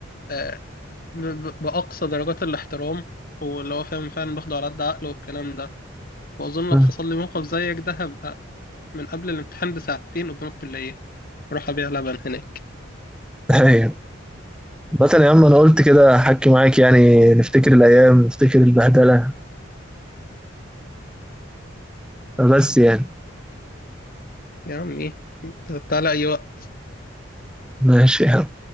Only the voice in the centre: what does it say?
مم.
ايوه مثلا يا عم انا قلت كده احكي معاك يعني نفتكر الايام نفتكر البهدله بس يعني
ماشي يا عم